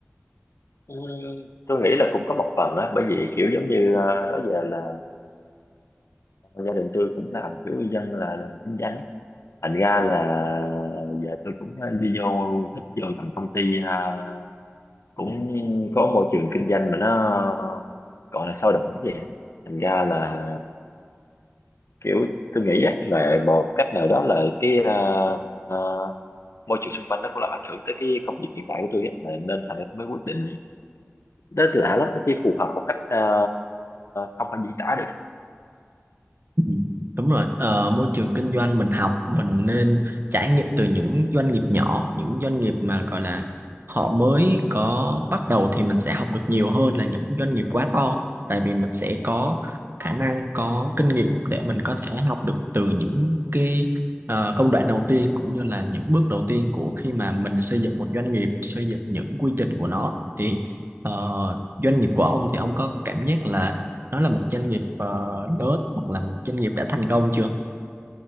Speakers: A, on the left; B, on the right.
A: Ừ, tôi nghĩ là cũng có một phần á bởi vì kiểu giống như à, đó giờ là gia đình tôi cũng làm kiểu dân là làm kinh doanh á. thành ra là giờ tôi cũng à, đi vô thích vô làm công ty à, cũng có môi trường kinh doanh mà nó gọi là sôi động cái gì thành ra là kiểu tôi nghĩ chắc là một cách nào đó là cái à, à, môi trường xung quanh nó cũng làm ảnh hưởng tới cái công việc hiện tại của tôi á, là nên thành ra tôi mới quyết định đó tôi lạ lắm nó chỉ phù hợp một cách à, không thể diễn tả được
B: Ừ, Đúng rồi, ờ, môi trường kinh doanh mình học mình nên trải nghiệm từ những doanh nghiệp nhỏ, những doanh nghiệp mà gọi là họ mới có bắt đầu thì mình sẽ học được nhiều hơn là những doanh nghiệp quá to. Tại vì mình sẽ có khả năng có kinh nghiệm để mình có thể học được từ những cái ờ, công đoạn đầu tiên cũng như là những bước đầu tiên của khi mà mình xây dựng một doanh nghiệp, xây dựng những quy trình của nó thì ờ, doanh nghiệp của ông thì ông có cảm giác là nó là một doanh nghiệp ờ, lớn hoặc là một doanh nghiệp đã thành công chưa